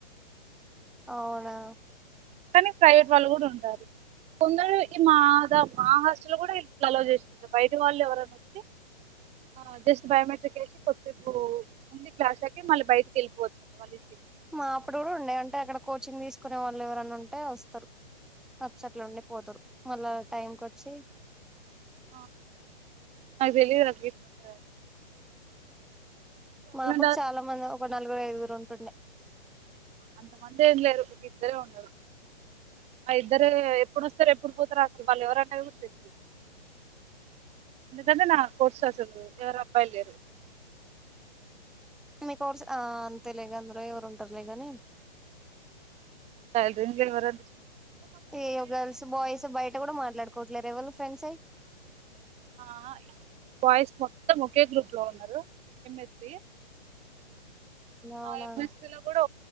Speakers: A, in the centre; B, on the right.
A: అవునా
B: కానీ ప్రైవేట్ వాళ్ళు కూడా ఉంటారు కొందరు ఈ మా ద మాహాస్టల్లో కూడా ఇట్ల అలో చేస్తారా బయట వాళ్ళు ఎవరన వస్తే ఆ జస్ట్ బయోమెట్రిక్ ఎసి కొద్దిసేపు ఉండి క్లాస్లేకి మళ్ళీ బయటికి వెళ్ళిపోవచ్చంటా వాళ్ల ఇంటి
A: మా అప్పుడు కూడా ఉండే అంటే అక్కడ కోచింగ్ తీసుకునే వాళ్ళు ఎవరనా ఉంటే వస్తారు వచ్చట్లు ఉండి పోతారు మళ్ళా టైంకి ఒచ్చి
B: ఆ నాకి తెలియదు అది తీసుకుంటే
A: మాప్పుడు
B: హాస్టల్స్
A: చాలా మంది ఒక నలుగురు ఐదుగురు ఉంటుండే
B: అంత మంది ఏంలేరు ఇద్దరే ఉన్నారు ఆ ఇద్దరు ఎప్పుడు వస్తారు ఎప్పుడు పోతారు అసలు వాళ్ళు ఎవరన్నది కూడా తెలీదు
A: అ
B: నిజంగా నా కోర్స్ అసలు ఎవరు అబ్బాయిలు లేరు
A: ని కోర్సు ఆ అంతేలే గందులో ఎవరు ఉంటారులే గాని
B: శాల్రీఎందుకు ఇవ్వరాద్
A: ఏవ్ గర్ల్స్ బాయ్స్ బయట కూడా మాట్లాడుకోవట్లేరా ఎవళ్ళు ఫ్రెండ్స్ అయ్
B: ఆహ బాయ్స్ మొత్తం ఒకే గ్రూప్లో ఉన్నారు ఎంఎస్సి
A: అవునా
B: ఆ ఎంఎస్సి లో గూడా